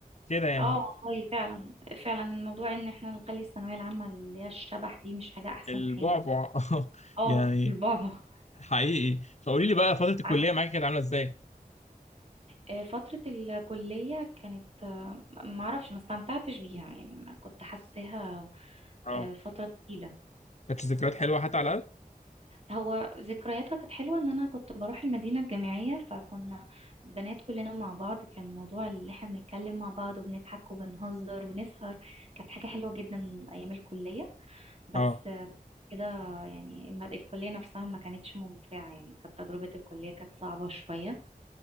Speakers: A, on the left; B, on the right.
A: كده يعني
B: اه والله فعلا فعلا الموضوع ان احنا نخلي الثانويه العامه اللي هي الشبح دي مش حاجه احسن
A: البعبع
B: حاجه
A: <laughs>
B: اه
A: يعني
B: البابا
A: حقيقي فقولي لي بقى فترة الكلية
B: ع-
A: معاكي كانت عاملة ازاي؟
B: آه، فتره الكليه كانت آه، ما اعرفش ما استمتعتش بيها يعني ما كنت حاساها
A: اه
B: آه، فتره تقيله
A: كانت ذكريات حلوة حتى على الأقل؟
B: هو ذكرياتها كانت حلوه ان انا كنت بروح المدينه الجامعيه فكنا بنات كلنا مع بعض كان موضوع اللي احنا بنتكلم مع بعض وبنضحك وبنهزر ونسهر كانت حاجه حلوه جدا ايام الكليه بس
A: اه
B: بس كده يعني الم- الكلية نفسها ما كانتش ممتعة يعني كانت تجربة الكلية كانت صعبة شوية